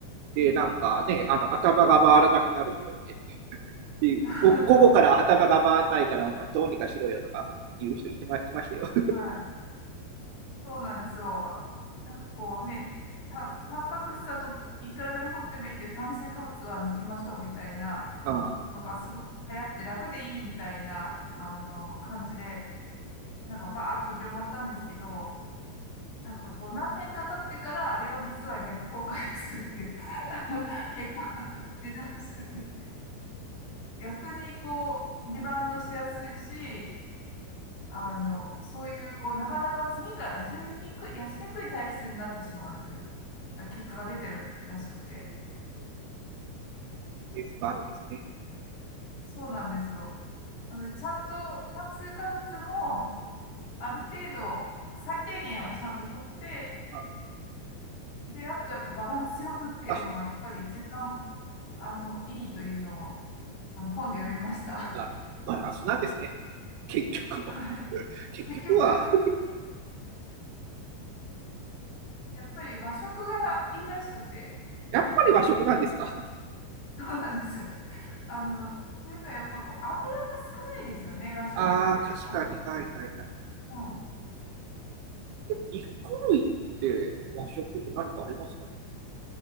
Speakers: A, on the right; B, on the left.
A: で、なんかね、あの頭が回らなくなるとか言って、で午午後から頭が回らないから、
B: <laughs> は
A: お前どうにかしろよとか言う人いてまいましたよ。
B: い。そうなんですよ。あなんかこうね、た、タンパク質はと、いくらでも取ってもいいけど、炭水化物は抜きましょうみたいな
A: <laughs> あ
B: のがすごく流行って楽でいいみたいな、あの、
A: ーうん
B: 感じで、なんかバーッと広まったんですけど、なんかこう何年か経ってから、あれは実は逆効果ですっていう <laughs> 結果が出たらしくて、逆にこう、リバウンドしやすいし、あの、そういう、こう、なかなか次から痩せにくい、痩せにくい体質になってしまうという、結果が出てるらしくて。
A: うんえー、エビデンスもあるんですね。
B: そうなんですよ。なので、ちゃんと炭水化物も、ある程度、最低限はちゃんと取って、
A: うん
B: で、あとやっぱバランスよくっていうのが、
A: あ
B: やっぱり一番、あの、いいというのを、あの、本で読みました。
A: まあ、そうなんですね。結局は、
B: <laughs> はい。
A: 結局は、
B: 結局、やっぱり和食がいいらしくて、
A: やっぱり和食なんですか。
B: そうなんですよ。あの、というのはやっぱこう、油が少ないですよね、和食って。
A: ああ、確かに、
B: あ、
A: はいはいはい。
B: うん。
A: でも、肉類って和食って何かありますか